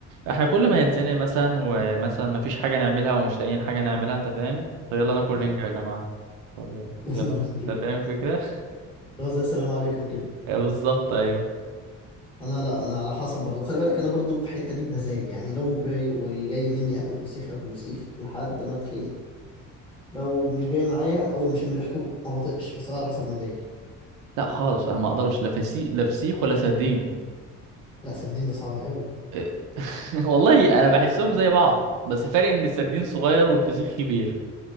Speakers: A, on the right; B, on the left.
A: احنا كل ما يتزنق مثلا ومثلا ما فيش حاجة نعملها او مش لاقيين حاجة نعملها انت فاهم طب يلا ناكل
B: مم.
A: رنجة يا جماعة طب يلا
B: <laughs> سلطة
A: يلا
B: الرنجة.
A: انت فاهم الفكرة
B: لا زي السلام عليكم كده
A: <laughs> بالظبط ايوه
B: انا لا انا على حسب برضو خلي بالك انا برضو في الحته دي بمزاج يعني لو رايق وجاي مني اكل فسيخ اكل فسيخ لحد ما اتخنق لو مش جاي معايا اول ما اشم ريحته ما بطقش بس هو على حسب مزاجي
A: لا خالص انا ما اقدرش لا فسيخ لا فسيخ ولا سردين
B: لا سردين ده صعب قوي
A: إيه. <laughs> والله انا بحسهم زي بعض بس فرق ان السردين صغير والفسيخ كبير